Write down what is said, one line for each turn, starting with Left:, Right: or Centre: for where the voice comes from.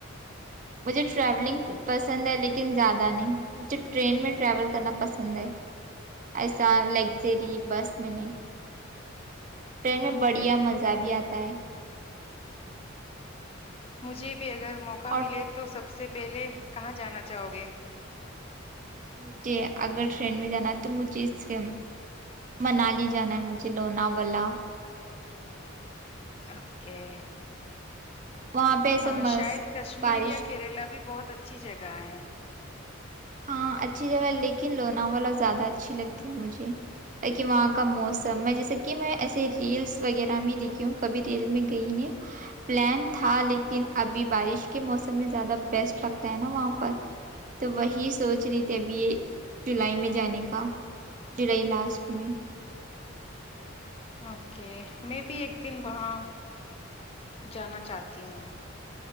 Right: مجھے ٹریولنگ پسند ہے لیکن زیادہ نہیں مجھے ٹرین میں ٹریول کرنا پسند ہے ایسا لگزری بس میں نہیں ٹرین میں
Left: اوکے
Right: بڑھیا مزہ بھی آتا <unintelligible>
Left: مجھے بھی اگر موقع
Right: اور
Left: ملے تو سب سے پہلے کہاں جانا چاہو گے
Right: مجھے اگر ٹرین میں جانا ہے تو مجھے اس منالی جانا ہے مجھے لوناولا
Left: اوکے
Right: وہاں پہ ایسا
Left: ہاں
Right: مس
Left: شاید کشمیر
Right: بارش
Left: یا کیرلا بھی بہت بہت اچھی جگہ ہے
Right: ہاں اچھی جگہ لیکن لوناوا زیادہ اچھی لگتی ہے مجھے تاکہ وہاں کا موسم میں جیسا کہ میں ایے ریلس وغیرہ میں دیکھی ہوں کبھی ریل میں گئی نہیں ہوں پلان تھا لیکن ابھی بارش کے موسم میں زیادہ بیسٹ لگتا ہے نا وہاں پر تو وہیں یہ سوچ رہی تھی ابھی یہ جولائی میں جانے کا جولائی لاسٹ میں
Left: اوکے میں بھی ایک دن وہاں جانا چاہتی ہوں